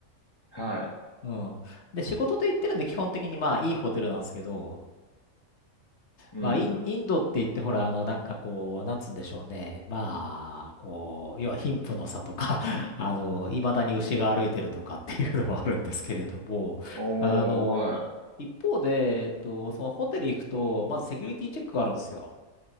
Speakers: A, on the left; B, on the left.
A: はい、
B: うん。で、仕事で行ってるんで、基本的にまあ、いいホテルなんですけど、
A: うん。
B: まあ、イン、インドって言ってほら、あの、なんかこう、なんつうんでしょうね。まあ、こう、要は貧富の差とか、<laughs> あの、未だに牛が歩いてるとかっていうのもあるんですけれども、
A: おー、
B: あの、
A: はい、
B: 一方で、えっと、そのホテル行くと、まずセキュリティチェックがあるんですよ。